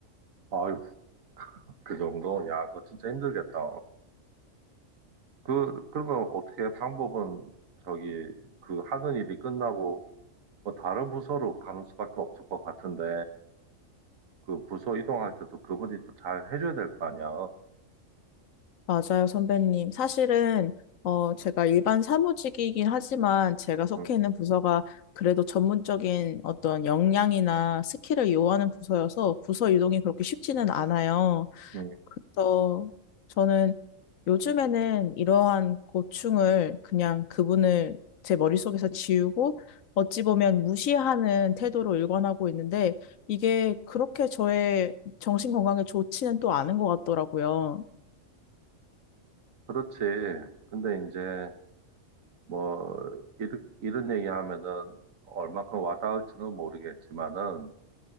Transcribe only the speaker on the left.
맞아요, 선배님. 사실은, 어, 제가 일반 사무직이긴 하지만 제가 속해
있는 부서가 그래도 전문적인 어떤 역량이나 스킬을 요하는 부서여서 부서 이동이 그렇게 쉽지는 않아요.
그래서 저는 요즘에는 이러한 고충을 그냥 그분을 제 머릿속에서 지우고 어찌 보면 무시하는 태도로 일관하고 있는데 이게 그렇게 저의 정신 건강에 좋지는 또 않은 것 같더라고요.